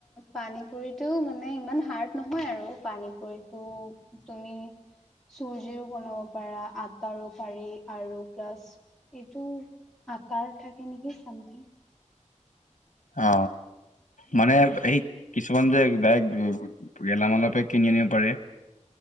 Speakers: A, in the centre; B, on the left.
A: পানী পুৰিটো মানে ইমান হাৰ্ড নহয় আৰু পানী পুৰি। ত' তুমি চুজিৰো বনাব পাৰা আটাৰো পাৰি আৰু প্লাছ এইটো আটাৰ থাকে নেকি চামথিং।
B: অ মানে এই কিছুমান যে বক গেলামালৰপে কিনি আনিব পাৰে।